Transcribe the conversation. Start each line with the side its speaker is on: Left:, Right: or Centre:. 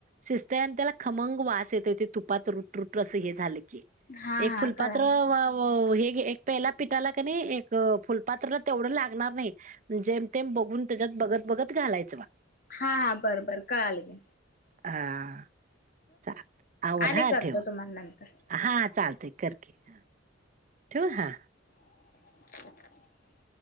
Right: शिजतय आणि त्याला खमंग वास येतयं ते तुपात रुट रुट अस हे झाल
Left: हा
Right: एक
Left: हा
Right: फुलपात्र
Left: कळा
Right: व व हे एक पेला पिठाला क नाई एक फुलपात्र तेवढं लागणार नाही. जेम तेम बघून त्याच्यात बघत बघत घालायचं बाळं.
Left: हा हा बर बर कळालं घ्या.
Right: हा. चाल आवर
Left: आणि
Right: हा
Left: करतो
Right: ठेव,
Left: तुम्हाला नंतर
Right: हा चालतयं करकी हा. ठेवू हा.
Left: <inaudible>